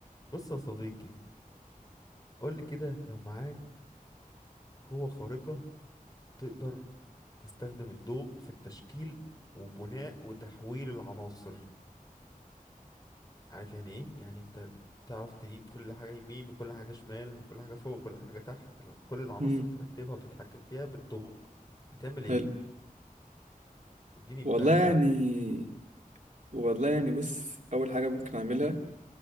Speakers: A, on the left (about 25°); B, on the right (about 60°).
A: بص يا صديقي قولي كده لو معاك قوة خارقة تقدر تستخدم الضوء في التشكيل وبناء وتحويل العناصر عارف يعني ايه؟ يعني انت تعرف تجيب كل حاجة يمين وكل حاجة شمال كل حاجة فوق كل حاجة تحت كل العناصر
B: امم
A: ترتبها وتتحكم فيها بالضوء هتعمل ايه؟
B: حلو
A: اديني ابداعك
B: والله يعني
A: بقى كده
B: والله يعني بص اول حاجه ممكن اعملها